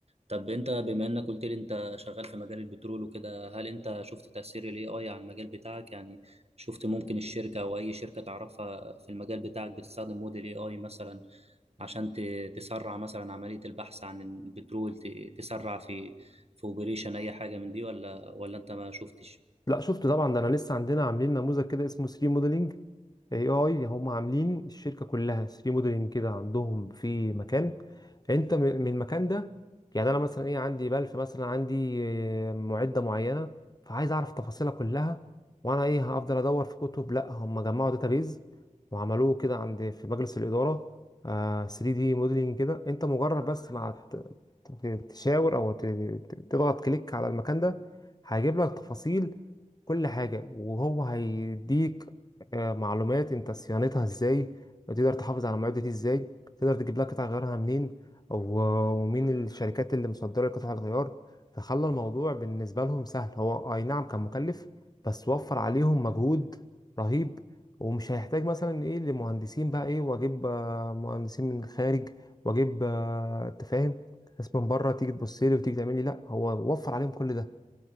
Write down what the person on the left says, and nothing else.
لا شفت طبعا ده أنا لسه عندنا عاملين نموذج كده اسمه 3 موديلنج اي اي هم عاملين الشركه كلها 3 موديلنج كده عندهم في مكان انت من من المكان ده يعني انا مثلا ايه عندي بلف مثلا عندي آه، معده معينه فعايز اعرف تفاصيلها كلها وانا ايه هفضل ادور في كتب لا هم جمعوا داتابيز وعملوه كده عند في مجلس الاداره 3 دي موديلنج كده انت مجرد بس مع ت- ت- تشاور او ت- ت- تضغط كليك على المكان ده هيجيب لك تفاصيل كل حاجة وهو هيديك آه، معلومات انت صيانتها ازاي تقدر تحافظ على المعدة دي ازاي تقدر تجيب لها قطع غيارها منين و- ومين الشركات اللي مصدرة قطع الغيار فخلى الموضوع بالنسبة لهم سهل هو اي نعم كان مكلف بس وفر عليهم مجهود رهيب ومش هيحتاج مثلا ايه لمهندسين بقى ايه واجيب آه، مهندسين من الخارج واجيب آه، انت فاهم ناس من بره تيجي تبص لي وتيجي تعمل لي لا هو وفر عليهم كل ده